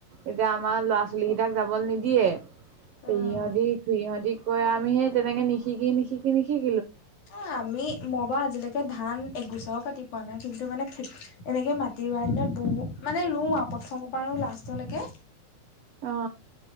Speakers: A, on the right; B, on the left.
A: এতিয়া আমাৰ ল'ৰা ছোৱালী কেইটাক যাব নিদিয়ে। দিয়ে পেহীহঁতি,
B: অ',
A: খুৰীহঁতি কয় আমি সেই তেনেকে নিশিকি, নিশিকি, নিশিকি
B: অ' আমি, মইবা আজিলৈকে ধান একগোছাও কাটি পোৱা নাই কিন্তু মানে খ এনেকে মাটি ৰুৱা দিনত বহুত মানে ৰুৱাও প্ৰথমৰ পৰা লাষ্টলৈকে।
A: অ